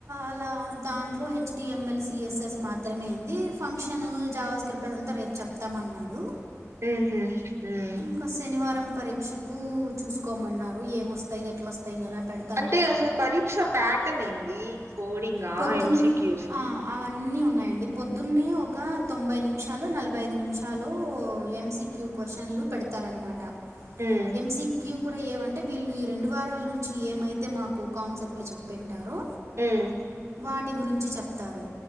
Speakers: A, on the right; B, on the right.
A: అలా దాంట్లో H T M L C S S మాత్రమే యెంది ఫంక్షన్ జావా స్క్రిప్ట్ అదంతా రేపు చెప్ త్తమన్నారు
B: హ్మ్ హు హ్మ్
A: ఒక శనివారం పరీక్షకు చూసుకోమన్నారు ఏమొస్తయ్ ఎట్లొస్తయ్ ఎలా పెడ్
B: అంటే అసలు పరీక్ష ప్యాటర్న్ ఏంది కోడింగ
A: పొద్దున్నే
B: ఎం సి క్యు సా
A: ఆ! అవన్నీ ఉన్నాయండి పొద్దున్నే ఒక తొంభై నిమిషాలొ నలభై ఐదు నిమిషాలొ ఎంసి క్యూ క్వశ్చన్లు పెడతారన్నమాట
B: ఉమ్
A: ఎంసీ క్యూ కుడా ఏవన్టే వీళ్ళు ఈ రెండు వారాల నుంచి ఏమైతే మాకు కాన్సెప్ట్లు చెప్పింటారొ
B: ఉమ్
A: వాటి గురించి చెప్తారు